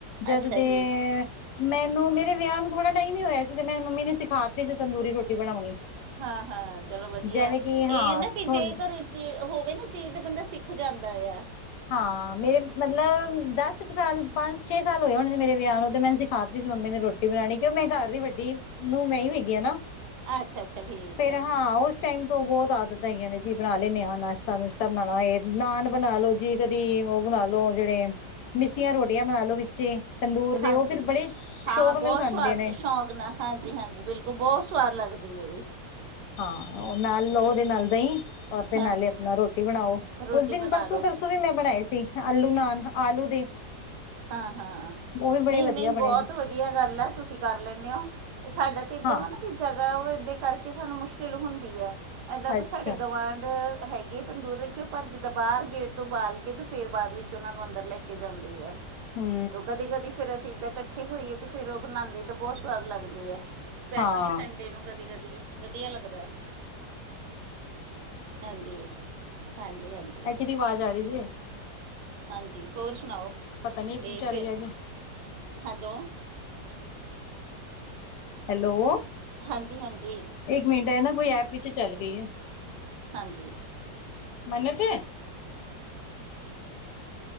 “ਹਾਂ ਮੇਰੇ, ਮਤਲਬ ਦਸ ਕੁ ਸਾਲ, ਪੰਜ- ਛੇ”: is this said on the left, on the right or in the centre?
Left